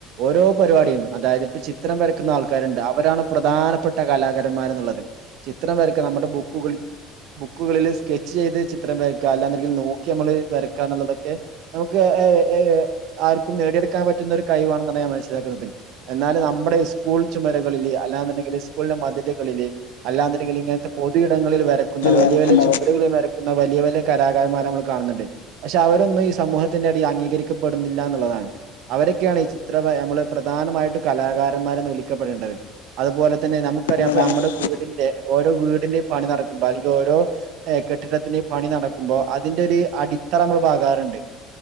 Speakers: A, on the right; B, on the left.
A: ഓരോ പരിപാടിയും അതായത് ഇപ്പ ചിത്രം വരക്കുന്ന ആൾക്കാരുണ്ട് അവരാണ് പ്രധാനപ്പെട്ട കലാകാരന്മാര് എന്നുള്ളത് ചിത്രം വരക്ക നമ്മുടെ ബുക്കുക ബുക്കുകളിൽ സ്കെച്ച് ചെയ്ത് ചിത്രം വര ക്കാ അല്ലാെന്നുണ്ടെങ്കിൽ നോക്കി നമ്മള് വരക്കാ എന്നുള്ളതൊക്കെ നമുക്ക് ഏ ഏ ആർക്കും നേടിയെടുക്കാൻ പറ്റുന്ന ഒരു കഴവാണെന്നാണ് ഞാൻ മനസ്സിലാക്കുന്നത് എന്നാലും നമ്മുടെ സ്കൂൾ ചുമരകളില് അല്ലാെന്നുണ്ടെങ്കില് സ്കൂളിന്റെ മതിലുകളില് അല്ലാെന്നുണ്ടെങ്കില് ഇങ്ങനത്തെ പൊതു ഇടങ്ങളിൽ വരക്കുന്ന വലിയ
B: വരയ്ക്കുന്നവർ
A: വലിയ ചുമരുകളിൽ വരക്കുന്ന വലിയ വല്യ കലാകാരന്മാരെ നമ്മള് കാണുന്നുണ്ട് പക്ഷെ അവരെയൊന്നും ഈ സമൂഹത്തിന്റെ ഇടയി അംഗീകരിക്കപ്പെടുന്നില്ല എന്നുള്ളതാണ് അവരൊക്കെയാണ് ഈ ചിത്രം വ നമ്മള് പ്രധാനമായിട്ടും കലാകാരന്മാരെന്ന് വിളിക്കപ്പെടേണ്ടത് അതുപോലെ തന്നെ നമുക്കറിയാം
B: തന്നെ
A: ഇപ്പൊ
B: നമുക്ക്
A: നമ്മുടെ വീ ടിന്റെ ഓരോ വീടിന്റെയും പണി നടക്കുമ്പോ അല്ലെങ്കിൽ ഓരോ കെട്ടിടത്തിന്റെയും പണി നട ക്കുമ്പോ അതിന്റൊരു അടിത്തറ നമ്മൾ പാകാറുണ്ട്